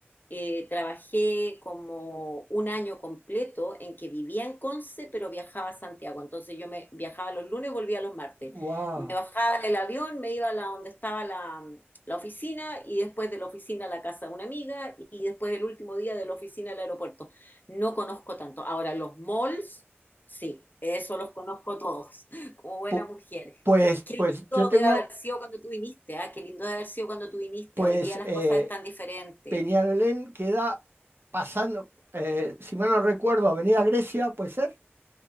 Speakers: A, on the left; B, on the right.
A: eh, trabajé como un año completo en que vivía en Conce, pero viajaba a Santiago. Entonces yo me viajaba los lunes, y volvía los martes.
B: ¡Wow!
A: Me bajaba del avión, me iba a la, donde estaba la, la oficina y después de la oficina a la casa de una amiga y después el último día de la oficina al aeropuerto. No conozco tanto. Ahora, los malls, sí, eso los conozco todos, <laughs> como buena
B: Pu-
A: mujer.
B: Pues,
A: Qué
B: pues
A: lindo
B: yo tengo,
A: debe haber sido cuando tú viniste, ¿ah? Qué lindo debe haber sido cuando tú viniste.
B: pues
A: Hoy día las
B: eh,
A: cosas están diferentes.
B: Peñalolén queda pasando, eh, si mal no recuerdo, Avenida Grecia, puede ser,